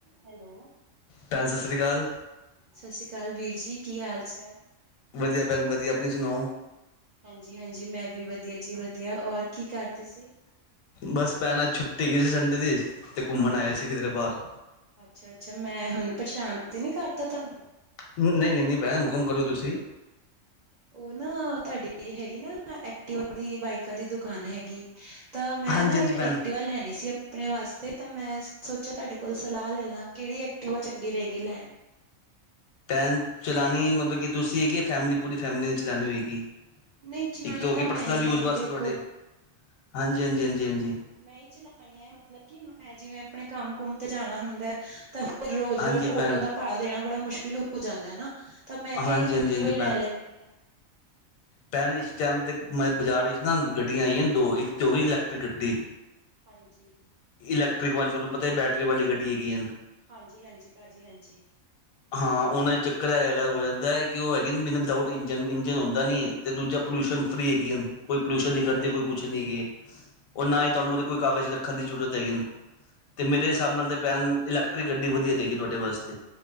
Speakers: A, on the right; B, on the left.
A: ਹੈਲੋ।
B: ਭੈਣ ਸਤਿ ਸ਼੍ਰੀ ਅਕਾਲ।
A: ਸਤਿ ਸ਼੍ਰੀ ਅਕਾਲ ਵੀਰ ਜੀ ਕੀ ਹਾਲ ਚਾਲ?
B: ਵਧੀਆ ਭੈਣ ਵਧੀਆ ਆਪਣੀ ਸੁਣਾਓ?
A: ਹਾਂਜੀ ਹਾਂਜੀ ਮੈਂ ਵੀ ਵਧੀਆ ਜੀ ਵਧੀਆ ਔਰ ਕੀ ਕਰਦੇ ਸੀ?
B: ਬਸ ਭੈਣ ਆਜ ਛੁੱਟੀ ਹੈਗੀ ਸੀ ਸੰਡੇ ਦੀ ਤੇ ਘੁੰਮਣ ਆਏ ਸੀ ਕਿਧਰੇ ਬਾਹਰ।
A: ਅੱਛਾ ਅੱਛਾ ਮੈਂ ਹੁਣ ਪਰੇਸ਼ਾਨ ਤੇ ਨੀ ਕਰਤਾ ਤੁਹਾਨੂੰ?
B: ਨਹੀਂ ਨਹੀਂ ਨਹੀਂ ਭੈਣ ਹੁਕਮ ਕਰੋ ਤੁਸੀਂ।
A: ਉਹ ਨਾ ਤੁਹਾਡੀ ਹੈਗੀ ਨਾ ਐਕਟਿਵਾ ਦੀ ਬਾਈਕਾਂ ਦੀ ਦੁਕਾਨ ਹੈਗੀ, ਤਾਂ ਮੈਂ
B: ਹਾਂਜੀ
A: ਨਾ
B: ਹਾਂਜੀ
A: ਇੱਕ
B: ਭੈਣ
A: ਐਕਟੀਵਾ ਲੈਣੀ ਸੀ ਆਪਣੇ ਵਾਸਤੇ ਤਾਂ ਮੈਂ ਸੋਚਿਆ ਤੁਹਾਡੇ ਕੋਲ ਸਲਾਹ ਲੈ ਲਾਂ ਕਿਹੜੀ ਐਕਟੀਵਾ ਚੰਗੀ ਰਹੇਗੀ ਲੈਣ
B: ਪੈਨ ਚਲਾਣੀ ਮਤਲਬ ਕਿ ਤੁਸੀਂ ਹੈਗੀ ਹੈ ਫੈਮਿਲੀ ਪੂਰੀ ਫੈਮਿਲੀ ਨੇ ਚਲਉਣੀ ਹੋਏਗੀ?
A: ਨਹੀਂ ਚਲਾਣੀ
B: ਇੱਕ ਤਾਂ ਹੋ ਗਈ
A: ਮੈਂ
B: ਪਰਸਨਲ
A: ਹੀ
B: ਯੂਜ
A: ਹੈਗੀ
B: ਵਾਸਤੇ
A: ਦੇਖੋ
B: ਤੁਹਾਡੇ ਹਾਂਜੀ ਹਾਂਜੀ ਹਾਂਜੀ ਹਾਂਜੀ।
A: ਮੈਂ ਹੀ ਚਲਾਣੀ ਹੈ ਮਤਲਬ ਕਿ ਮੈਂ ਜਿਵੇਂ ਆਪਣੇ ਕੰਮ ਕੁਮ ਤੇ ਜਾਣਾ ਹੁੰਦਾ ਤਾਂ ਫੇਰ ਰੋਜ਼
B: ਹਾਂਜੀ
A: ਰੋਜ਼ ਆਟੋ
B: ਭੈਣ
A: ਦਾ ਭਾੜਾ ਦੇਣਾ ਬੜਾ ਮੁਸ਼ਕਿਲ ਹੋ ਜਾਂਦਾ ਨਾ ਤਾਂ ਮੈਂ ਕਿਹਾ
B: ਹਾਂਜੀ
A: ਏਕ ਐਕਟਿਵਾ
B: ਹਾਂਜੀ ਹਾਂਜੀ
A: ਈ ਲੈ ਲੈਂਨੀ ਆ। <inaudible>
B: ਪੈਣ ਇਸ ਟਾਈਮ ਤੇ ਬਾਜ਼ਾਰ ਵਿੱਚ ਨਾ ਗੱਡੀਆਂ ਆਈਆਂ ਨੇ ਦੋ ਇੱਕ ਤੇ ਹੋ ਗਈ ਇਲੈਕਟ੍ਰਿਕ ਗੱਡੀ,
A: ਹਾਂਜੀ।
B: ਇਲੈਕਟ੍ਰਿਕ ਵਾਲੀ ਤੁਹਾਨੂੰ ਪਤਾ ਹੈ ਬੈਟਰੀ ਵਾਲੀ ਗੱਡੀ ਹੈਗੀਆ ਹਨ।
A: ਹਾਂਜੀ ਹਾਂਜੀ ਪਾਜੀ ਹਾਂਜੀ।
B: ਹਾਂ ਉਹਨਾਂ ਚ ਚੱਕਰ ਐਹ ਹੈਗਾ ਹੋ ਜਾਂਦਾ ਹੈ ਕਿ ਉਹ ਹੈਗੇ ਬਿਨਾਂ ਵਿਦਾਉਟ ਇੰਜਨ
A: ਹਾਂਜੀ
B: ਇੰਜਨ ਹੁੰਦਾ ਨਹੀਂ, ਤੇ ਦੂਜਾ ਪੋਲਿਊਸ਼ਨ ਫਰੀ ਹੈਗੀ ਹਾਣ ਕੋਈ ਪੋਲੂਊਸ਼ਨ ਨਹੀਂ
A: ਹਾਂਜੀ
B: ਕਰਦੇ ਕੋਈ
A: ਹਾਂਜੀ
B: ਕੁਛ ਨਹੀਂ ਹੈਗੇ ਔਰ
A: ਹਾਂਜੀ
B: ਨਾ ਹੀ ਤੁਹਾਨੂੰ ਉਹਦੇ ਕੋਈ ਕਾਗਜ਼ ਰੱਖਣ ਦੀ ਜ਼ਰੂਰਤ ਹੈਗੀ ਨੇ। ਤੇ ਮੇਰੇ ਹਿਸਾਬ ਨਾਲ ਤੇ ਪੈਨ ਇਲੈਕ -ਗੱਡੀ ਵਧੀਆ ਰਹੇਗੀ ਤੁਹਾਡੇ ਵਾਸਤੇ।